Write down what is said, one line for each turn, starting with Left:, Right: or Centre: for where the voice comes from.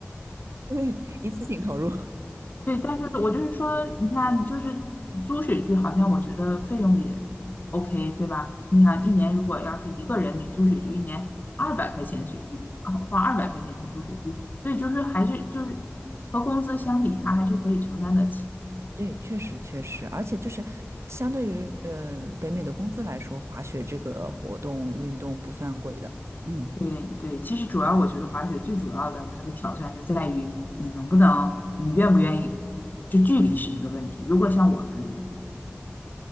Right: 对，一次性投入。<laughs>
Left: 对，但是我就是说，你看，就是租雪具，好像我觉得费用也 OK，对吧？你想一年如果要是一个人，你租雪具一年二百块钱雪具，啊花二百块钱去租雪具，所以就是还是就是和工资相比，他还是可以承担得起。
Right: 对，确实确实，而且就是相对于呃北美的工资来说，滑雪这个活动运动不算贵的。嗯，
Left: 对对，其实主要我觉得滑雪最主要的它的挑战就在于你能不能，你愿不愿意，就距离是一个问题。如果像我们